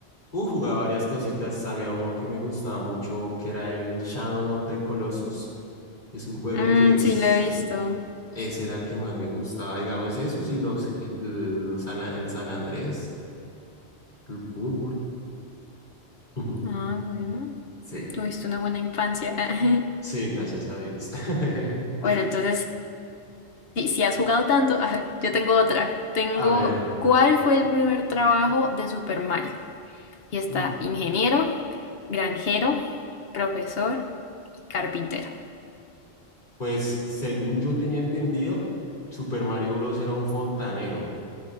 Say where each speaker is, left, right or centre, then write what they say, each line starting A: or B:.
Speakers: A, on the left (about 50°); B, on the left (about 65°).
A: Uh, jugaba varias cositas. Había uno que me gustaba mucho, que era el Shadow of the Colossus. Es un juego
B: Mm,
A: que es,
B: sí, lo he visto.
A: eh, Ese era el que más me gustaba, digamos, eso sí, los, eh, los San- el San Andrés, el fútbol. <laughs>
B: Ah, bueno.
A: Sí,
B: Tuviste una buena infancia. <laughs>
A: sí, gracias a Dios. <laughs>
B: Bueno, entonces, si, si has jugado tanto, ajá, yo tengo otra. Tengo,
A: A ver,
B: ¿cuál fue el primer trabajo de Super Mario? Y está
A: uf,
B: ingeniero, granjero, profesor, carpintero.
A: pues según yo tenía entendido, Super Mario Bros. era un fontanero,